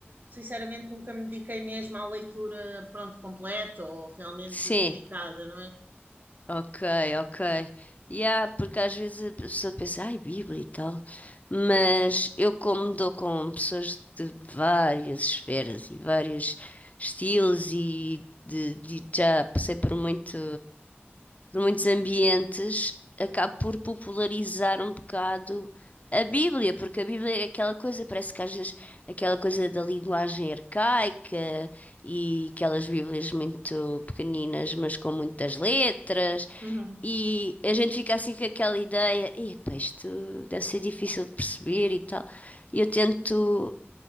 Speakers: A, on the right (about 45°); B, on the left (about 35°).
A: sinceramente, nunca me dediquei mesmo à leitura, pronto, completa ou realmente
B: Sim,
A: dedicada, não é?
B: ok, ok. E porque às vezes a pessoa pensa, ai, Bíblia e tal, mas eu como dou com pessoas de várias esferas e vários estilos e de, de- já passei por muito, por muitos ambientes, acabo por popularizar um bocado a Bíblia, porque a Bíblia é aquela coisa, parece que às vezes aquela coisa da linguagem arcaica e aquelas Bíblias muito pequeninas, mas com muitas letras.
A: Uhum.
B: E a gente fica assim com aquela ideia, epá, isto deve ser difícil de perceber e tal. E eu tento